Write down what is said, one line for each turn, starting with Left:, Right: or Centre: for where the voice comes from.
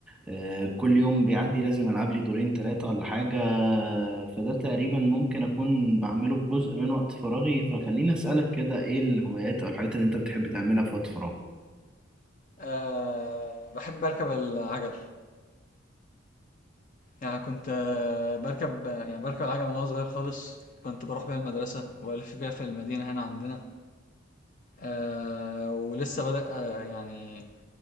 Centre: آه، كل يوم بيعدي لازم العب لي دورين ثلاثة ولا حاجة فده تقريبا ممكن اكون بعمله في جزء من وقت فراغي فخليني اسألك كده ايه الهوايات او الحاجات اللي انت بتحب تعملها في وقت فراغ
Left: آه، بحب اركب العجل يعني كنت باركب يعني باركب العجلة من وأنا صغير خالص، كنت باروح بيها المدرسة وألف بيها في المدينة هنا عندنا، آه ولسه بادئ يعني